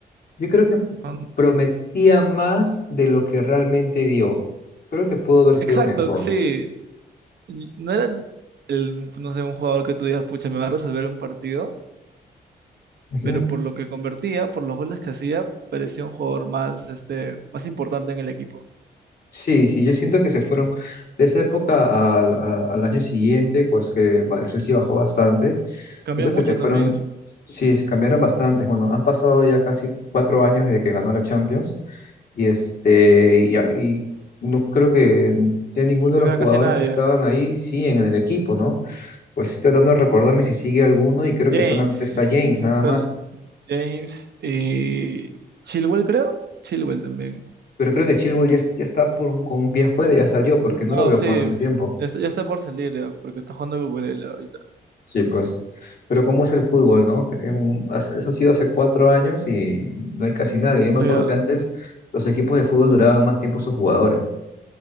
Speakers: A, on the left; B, on the right.
A: Yo creo que
B: No-
A: prometía más de lo que realmente dio. Creo que pudo haber sido
B: exacto,
A: mejor.
B: sí. y No era el, el, no sé, un jugador que tú digas, pucha, me va a resolver un partido,
A: Ujú.
B: pero por lo que convertía, por los goles que hacía, parecía un jugador más, este, más importante en el equipo.
A: Sí, sí, yo siento que se fueron de esa época al, a- al año siguiente, pues que ba- el Chelsea bajó bastante.
B: Cambió
A: Siento
B: mucho
A: que se fueron,
B: también,
A: sí, se cambiaron bastante. Bueno, han pasado ya casi cuatro años desde que ganó la Champions Y este, y, a- y no creo que ya ninguno
B: no
A: de los
B: queda
A: jugadores
B: casi nadie.
A: que estaban ahí siguen en el equipo, ¿no? Pues estoy tratando de recordarme si sigue alguno y creo
B: James,
A: que solamente está James, nada
B: sol-
A: más.
B: James y Chilwell, creo. Chilwell también.
A: Pero creo que Chilwell ya, es- ya está por un- con un pie afuera, ya salió, porque
B: No,
A: no lo veo
B: sí,
A: jugando hace tiempo.
B: ya está, ya está por salir, ya, porque está jugando Cucurella ahorita.
A: Sí, pues. Pero cómo es el fútbol, ¿no? Que en- hace- eso ha sido hace cuatro años y no hay casi nadie. Yo me acuerdo
B: O sea,
A: que antes los equipos de fútbol duraban más tiempo sus jugadores.